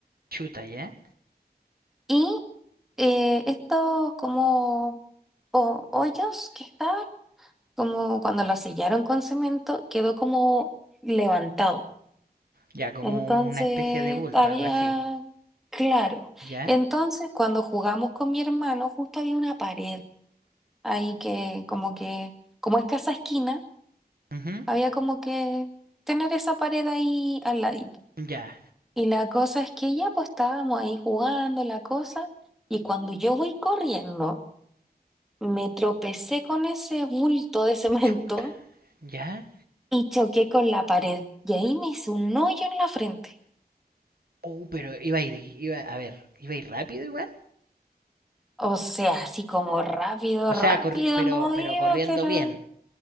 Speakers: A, on the right (about 65°); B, in the centre.
A: Chuta, ¿ya?
B: Y eh, estos como ho- hoyos que estaban, como cuando los sellaron con cemento, quedó como levantado.
A: Ya, como
B: Entonces
A: una especie de bulto,
B: había,
A: algo así.
B: claro,
A: ¿Ya?
B: entonces cuando jugamos con mi hermano, justo había una pared ahí que como que, como es casa esquina
A: ujú,
B: Había como que tener esa pared ahí al ladito.
A: ¿Ya?
B: Y la cosa es que ya pues estábamos ahí jugando la cosa y cuando yo voy corriendo me tropecé con ese bulto de <laughs> cemento
A: Chuta, ¿ya?
B: y choqué con la pared y ahí me hizo un hoyo en la frente.
A: Oh, pero iba a ir, iba, a ver, iba a ir rápido igual.
B: O sea, así como rápido,
A: O
B: rápido
A: sea, corri- pero,
B: no
A: pero
B: iba,
A: corriendo
B: pero
A: bien.